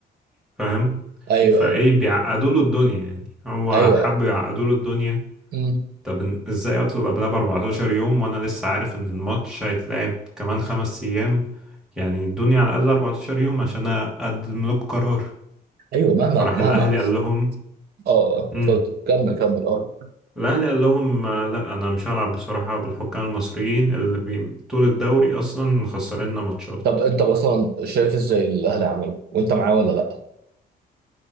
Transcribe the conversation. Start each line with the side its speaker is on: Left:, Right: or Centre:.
Centre: فاهم
Right: ايوه
Centre: فايه
Right: ايوه
Centre: بيعقدوا له الدنيا يعني هو
Right: ايوه
Centre: حب يعقدوا له الدنيا
Right: مم.
Centre: طب إن- ازاي اطلب قبلها ب 14 يوم وانا لسه عارف ان الماتش هيتلعب كمان خمس ايام يعني ادوني على الاقل 14 يوم عشان اقدم لكم قرار
Right: ايوه مهما
Centre: فراح
Right: مهما
Centre: الاهلي قال لهم
Right: اه اه
Centre: امم
Right: اتفضل كمل كمل اه
Centre: الاهلي قال لهم آه، لا انا مش هلعب بصراحه بالحكام المصريين اللي بي... طول الدوري اصلا مخسريننا ماتشات
Right: طب انت مثلا شايف ازاي الاهلي عملوا وانت معاه ولا لا